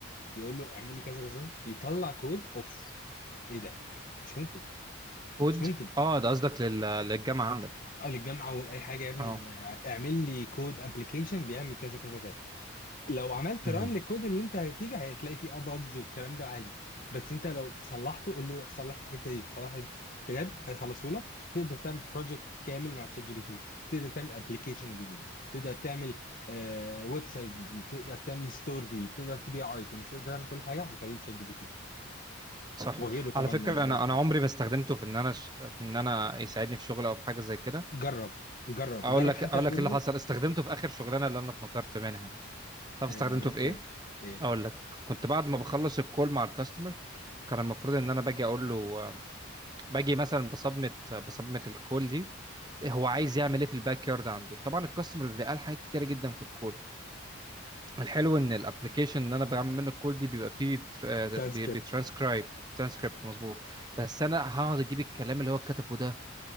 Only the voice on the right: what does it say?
كود
اه ده قصدك لل... للجامعه عندك
اه
مهم.
صح
على فكره
انا
انا عمري ما استخدمته في ان انا ش... في ان انا يساعدني في شغل او في حاجه زي كده
اقول
لك
اقول
لك ايه اللي
حصل استخدمته في اخر شغلانه اللي انا اتنطرت منها دي تعرف
استخدمته
في ايه
اقول لك كنت بعد ما بخلص الكول مع الكاستمر كان المفروض ان انا باجي اقول له آه، باجي مثلا بصمت بصمت الكول دي هو عايز يعمل ايه في الباك يارد عنده طبعا الكاستمر بيبقى قال حاجات كتيره جدا في الكول الحلو ان الابلكيشن اللي انا بعمل منه الكول دي بيبقى فيه تر- آه،
بي- بيترانسكرايب ترانسكريبت مظبوط بس انا هقعد اجيب الكلام اللي هو كتبه ده